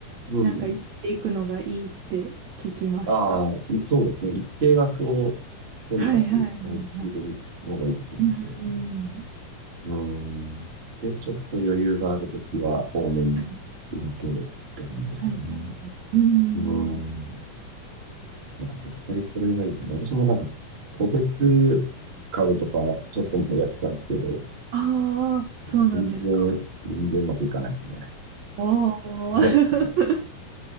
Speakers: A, on the right; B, on the right.
A: うん。
B: うなんかやっていくのがいいって聞きました。
A: ああ、そうですね。一定額を、とにかく、
B: はいはいはいはい。
A: 毎月入れる方がいいって言うんですよね。
B: うーん。
A: うん。で、ちょっと余裕があるときは、多めに入れてって感じですよね。
B: はい、はい、はい。はいうん。
A: うん。いや、絶対それがいいですね。私もなんか、個別株とか、ちょっと前やってたんですけど、
B: ああ、そうなんですか。
A: 全然、全然うまくいかないですね。
B: おお。
A: <laughs>
B: <laughs>